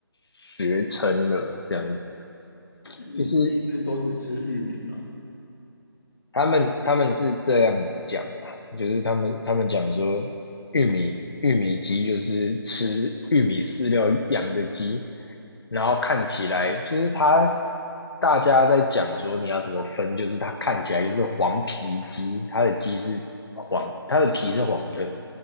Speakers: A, on the left (about 70°); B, on the left (about 50°).
A: 学称了，这样子。
B: 玉米，
A: 就是
B: 玉米都只吃玉米嘛。
A: 他们他们是这样子讲的，就是他们他们讲说，玉米玉米鸡就是吃玉米饲料养的鸡，然后看起来就是它，大家在讲说你要怎么分，就是它看起来就是黄皮鸡，它的鸡是黄，它的皮是黄的，